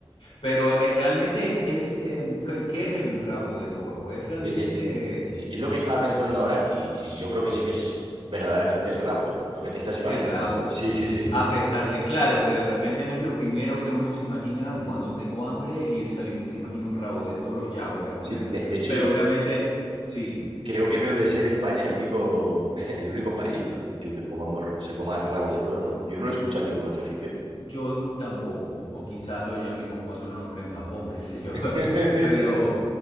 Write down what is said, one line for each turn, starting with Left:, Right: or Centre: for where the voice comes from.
Left: Pero eh, realmente es, es em, ¿qué, qué es el rabo de toro? Es realmente...
Right: Eh, eh, eh, Es lo que estaba pensando ahora y, y yo creo que sí que es verdaderamente el rabo, ¿eh? Lo que te estás imaginando.
Left: El rabo.
Right: Sí, sí, sí.
Left: A pesar de, claro, que de repente no es lo primero que uno se imagina
Right: Mm.
Left: cuando tengo hambre y se, se imagina un rabo de toro, ya voy a comer.
Right: Sí, de, de hecho
Left: Pero obviamente, sí,
Right: Creo que debe de ser España el único, <laughs> el único país, ¿no? El que, que comamos, se coma rabo de toro, ¿no? Yo no lo he escuchado en ningún otro sitio.
Left: Yo tampoco, o quizás lo llamen con otro nombre en Japón, qué sé yo.
Right: <laughs>
Left: <laughs> Pero